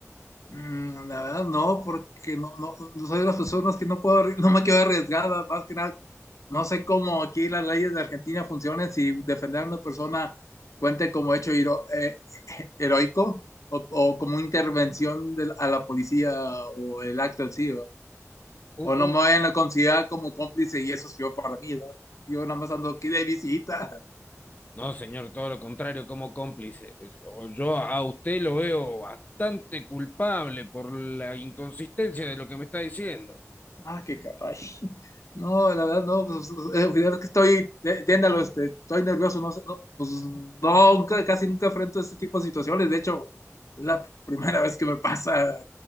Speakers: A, on the left; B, on the left.
A: mm, la verdad no, porque no, no, no soy de las personas que no puedo, arri- no me quedo arriesgada, más que nada, no sé cómo aquí las leyes de Argentina funcionan, si defender a una persona cuente como hecho hero- eh, <laughs> heroico o, o como intervención de la- a la policía o el acto en sí, ¿verdad?
B: U-
A: o no me vayan a considerar como cómplice y eso es peor para mí, ¿verdad? Yo nada más ando aquí de visita. <laughs>
B: No, señor, todo lo contrario, como cómplice. O Yo a usted lo veo bastante culpable por la inconsistencia de lo que me está diciendo.
A: Ah, qué caray. No, la verdad, no, pues, eh, al final es que estoy, eh, entiéndalo, este, estoy nervioso, no, sé, no, pues no, nunca- casi nunca enfrento este tipo de situaciones, de hecho, es la primera vez que me pasa